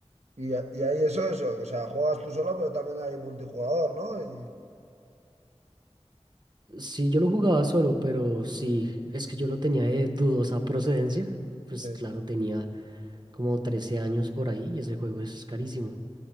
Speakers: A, on the right; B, on the right.
A: Y, a- y ahí eso, eso, que, o sea, juegas tú solo, pero también hay multijugador, ¿no? Y,
B: Sí, yo lo jugaba solo, pero sí, es que yo lo tenía de dudosa procedencia. Pues
A: sí.
B: claro, tenía como 13 años por ahí y ese juego es carísimo.